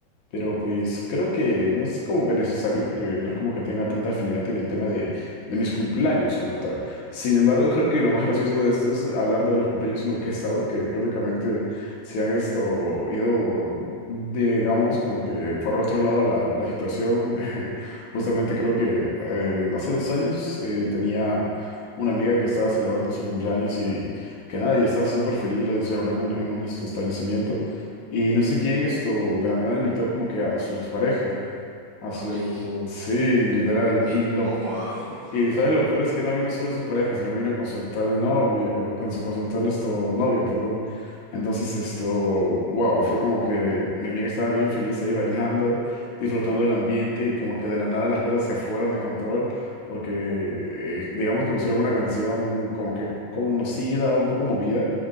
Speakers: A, on the left; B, on the right.
A: Pero pues creo que no es como que necesario porque no es como que tenga tanta afinidad en el tema de, de mis cumpleaños como tal. Sin embargo, creo que lo más gracioso de esto es hablar de los cumpleaños en los que he estado, que prácticamente se han esto ido, digamos, como que por otro lado la, la situación. <laughs> Justamente creo que eh, hace dos años eh, tenía una amiga que estaba celebrando su cumpleaños y que nada, ya estaba súper feliz, lo celebró en un, en un esto, establecimiento. Y no sé quién esto de la nada invitó como que a su expareja. A
B: Ay,
A: su, sí, literal.
B: qué
A: Y
B: incómodo.
A: lo,
B: <laughs>
A: y sabes, lo peor es que no vino solo su pareja, sino vino con su actual novio, con su, con su actual esto, novia, perdón. Entonces, esto, wow, fue como que mi amiga estaba bien feliz ahí bailando, disfrutando del ambiente y como que de la nada las cosas se fueron de control porque eh, digamos que pusieron una canción como que conocida, un poco movida